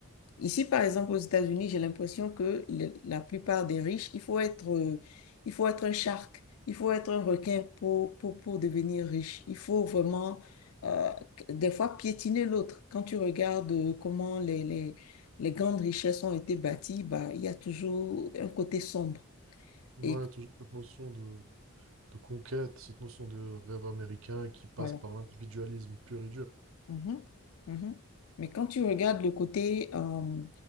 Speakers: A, on the left; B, on the right.
A: Ici, par exemple, aux États-Unis, j'ai l'impression que le- la plupart des riches, il faut être, euh, il faut être un shark, il faut être un requin pour, pour, pour devenir riche. Il faut vraiment, euh, des fois, piétiner l'autre. Quand tu regardes euh, comment les, les, les grandes richesses ont été bâties, bah, il y a toujours un côté sombre.
B: Ouais,
A: Et
B: toujours cette notion de, de conquête, cette notion de rêve américain qui passe
A: voilà.
B: par l'individualisme pur et dur.
A: Mhm, mhm. Mais quand tu regardes le côté, euh,